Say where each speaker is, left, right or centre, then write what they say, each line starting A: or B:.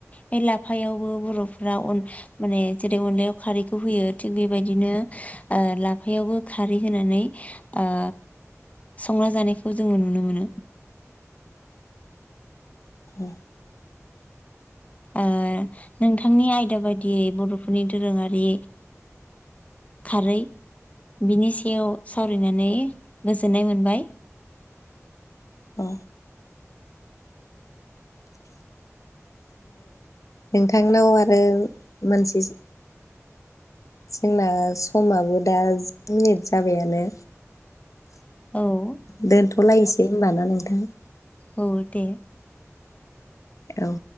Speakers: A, on the left; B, on the left.
A: बे लाफायावबो बर'फ अन माने जेरै अनलायाव खारैखौ होयो थिग बेबायदिनो लाफायावबो खारै होनानै ओ संना जानायखौ जोङो नुनो मोनो
B: <inaudible>
A: ओ नोंथांनि आयदा बायदियै बर' फोरनि दोरोङारि खारै बिनि सायाव सावरायनानै गोजोननाय मोनबाय
B: अ नोंथांनाव आरो मानसि जोंना समाबो दा जि मिनिट जाबायानो
A: औ
B: दोनथ'लायसै होनबा ना नोंथां!
A: औ दे
B: औ